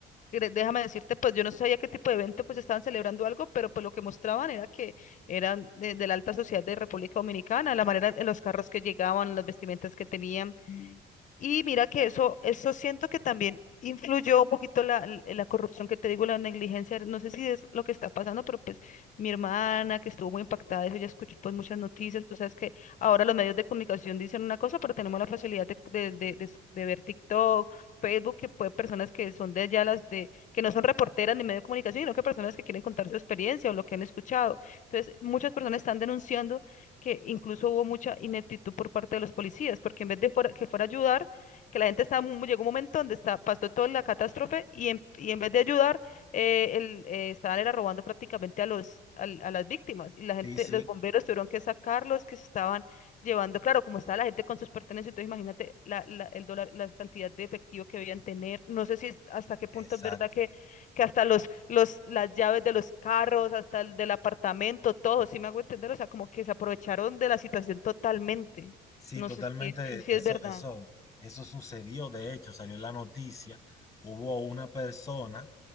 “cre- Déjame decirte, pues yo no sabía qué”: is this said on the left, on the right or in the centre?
Left